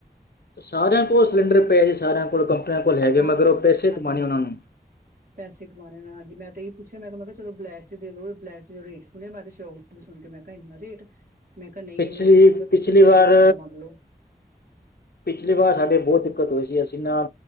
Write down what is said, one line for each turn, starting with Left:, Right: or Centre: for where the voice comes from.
Left: ਸਾਰਿਆਂ ਕੋਲ ਸਿਲੰਡਰ ਪਏ ਜੀ ਸਾਰਿਆਂ ਕੋਲ ਕੰਪਨੀਆਂ ਕੋਲ ਹੈਗੇ
Right: ਹਾਂ
Left: ਮਗਰ ਓ ਪੈਸੇ ਕਮਾਣੇ
Right: ਹਾਂਜੀ ਹਾਂਜੀ
Left: ਉਨਾਂ ਨੂੰ।
Right: ਪੈਸੇ ਕਮਾਣੇ ਨੇ ਹਾਂਜੀ ਮੈਂ ਤਾਂ ਏ ਪੁੱਛਿਆ ਮੈਂ ਕਿਆ ਮੈਂ ਕਿਆ ਚਲੋ ਬਲੈਕ ਚ ਦੇ ਦੋ ਬਲੈਕ ਚ ਜੋ ਰੇਟ ਸੁਣਿਆ ਮੈਂ ਤੇ ਸ਼ੋਕ ਸੁਣ ਕੇ ਮੈਂ ਕਾ ਇੰਨਾ ਰੇਟ ਮੈਂ ਕਾ ਨਈ
Left: ਪਿਛਲੀ
Right: ਇੰਨਾ ਚੰਗਾ ਮੈਂ ਕਾ
Left: ਪਿਛਲੀ
Right: ਕਿਸੇ ਕੋ
Left: ਵਾਰ
Right: ਦੀ ਉਦਾਰਾ ਮੰਗ ਲੋ।
Left: ਪਿਛਲੀ ਵਾਰ ਸਾਡੇ ਬੋਤ ਦਿੱਕਤ ਹੋਈ ਸੀ ਅਸੀਂ ਨਾ